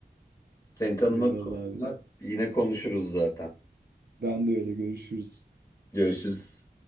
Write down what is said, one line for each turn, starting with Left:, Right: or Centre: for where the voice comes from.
Left: Seni tanımak
Right: Eyvallah
Left: çok
Right: abi.
Left: güzel. Yine konuşuruz zaten.
Right: Ben de öyle görüşürüz.
Left: Görüşürüz.